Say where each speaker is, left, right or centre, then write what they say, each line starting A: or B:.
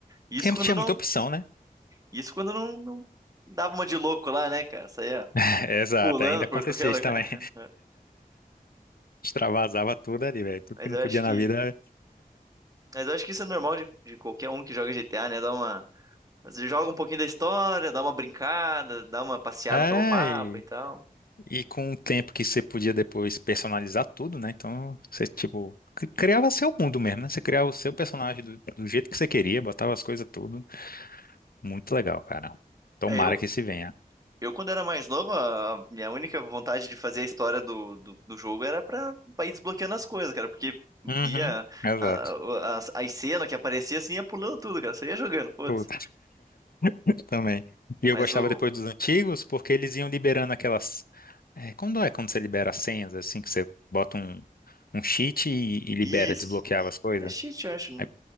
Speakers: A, on the right; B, on the left.
A: Isso
B: Porque não
A: quando
B: tinha
A: não,
B: muita opção, né?
A: isso quando não, não dava uma de louco lá, né, cara? Saía
B: <laughs> Exato,
A: pulando
B: ainda acontecia
A: por <laughs> qualquer lugar.
B: isso também. <laughs> Extravasava tudo ali, velho. Tudo
A: Mas
B: que não
A: eu
B: podia
A: acho
B: na
A: que,
B: vida.
A: mas eu acho que isso é normal de, de qualquer um que joga GTA, né? Dá uma, você joga um pouquinho da história, dá uma brincada, dá uma passeada
B: É,
A: pelo mapa
B: e,
A: e tal.
B: e com o tempo que você podia depois personalizar tudo, né? Então, você, tipo, cri- criava seu mundo mesmo, né? Você criava o seu personagem do, do jeito que você queria, botava as coisas tudo. Muito legal, cara. Tomara
A: É, eu,
B: que se venha.
A: Eu, quando era mais novo, a a minha única vontade de fazer a história do, do, do jogo era pra, pra ir desbloqueando as coisas, cara, porque
B: Uhum,
A: via
B: exato.
A: a- a- as as cenas que aparecia assim, ia pulando tudo, cara, só ia jogando, foda-se.
B: Tudo. <laughs> Também. E eu
A: Mas
B: gostava
A: o.
B: depois dos antigos, porque eles iam liberando aquelas. É, quando é quando você libera as senhas, assim, que você bota um, um cheat e, e libera,
A: Isso.
B: desbloqueava as coisas?
A: É cheat, eu acho.
B: Aí-